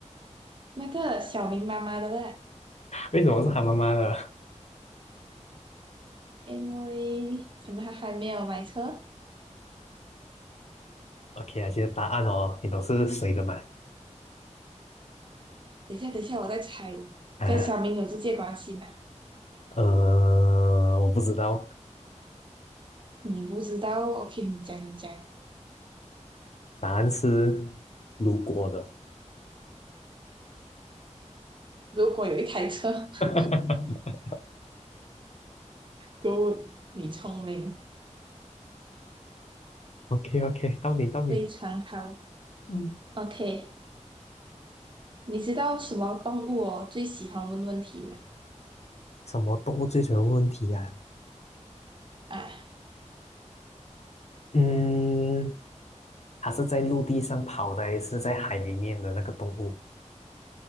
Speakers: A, on the right (about 40°); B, on the left (about 60°).
A: 那个小明妈妈的呢？
B: 为什么是他妈妈的？
A: 因为可能他还没有买车。
B: OK 啊，现在答案哦，你都是谁的嘛？
A: 等一下，等一下，我再猜，
B: 啊，
A: 跟小明有直接关系吗？
B: 呃，我不知道，
A: 你不知道我 k 你讲一讲。
B: 答案是路过的。
A: 如果有一台车 <laughs>
B: <laughs>
A: ，Good，你聪明，
B: OK OK，到你到你。
A: 非常好。
B: 嗯，
A: OK，你知道什么动物哦最喜欢问问题吗？
B: 什么动物最喜欢问题呀、
A: 哎，
B: 嗯，它是在陆地上跑的，还是在海里面的那个动物？